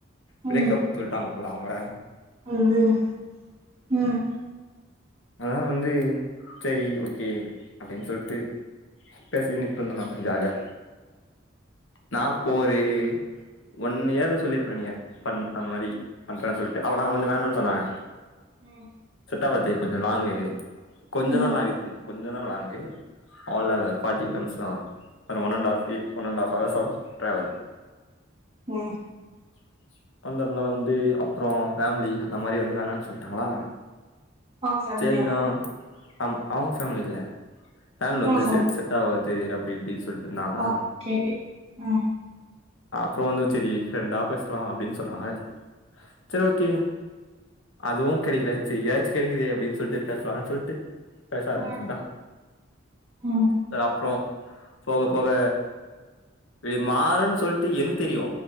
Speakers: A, on the right (about 30°); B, on the left (about 80°).
A: ம்
B: பிரேக் அப் சொல்ட்டாங்க போல அவுங்க
A: ம் ம் ம்
B: அதா வந்து செரி ஓகே அப்டின் சொல்ட்டு பேசி மீட் பண்ண நா ஜாலியா நா போறே ஒன் இயர்ல சொல்லிருப்பனா நீங்க பண் அந் மாரி பண்றே சொல்ட்டு அவனா வந்து வேணான் சொன்னாங்க
A: ம்
B: ட்டாவது கொஞ்சோ லாங்கு கொஞ்சந்தா
A: ம்
B: லாங் இது கொஞ்சோ தா லாங்கு அவ்ளோலால ஃபாட்டி கிலோ மீஸ்ல வரூ ஒரு ஒன் அன்ட் ஆஃப் இ ஒன் அன்ட் ஆஃப் அவர்ஸாகூ ட்ராவல்
A: ம்
B: <unintelligible> பந்தர் முனால வந்து அப்றோ ஃபேம்லி அந்த மாரி வந்து வேணான் சொல்ட்டாங்களா
A: உங்க ஃபேமிலியா
B: செரிதா அம் அவுங்க ஃபேமிலி இல்ல ஃபேம்ல்
A: உங்க
B: வந்து
A: ஃபேம்
B: செ செட் ஆவாது அப்பிடி இப்பிடின் சொல்லிட்ருந்தாங்ளா
A: ஓகே ம்
B: அப்றோ வந்து செரி ஃப்ரெண்டா பேசலா அப்பிடின் சொன்னாங்க செரி ஓகே அதுவூ கெடைக்கில செரி இதியாச்சு கெடைக்குதே ப்டின் சொல்ட்டு பேசலான் சொல்ட்டு பேச ஆரம்பிச்சத்தா
A: ம் ம்
B: செர் அப்றோ போகப் போக இது மாறுன் சொல்ட்டு எனக் தெரியூ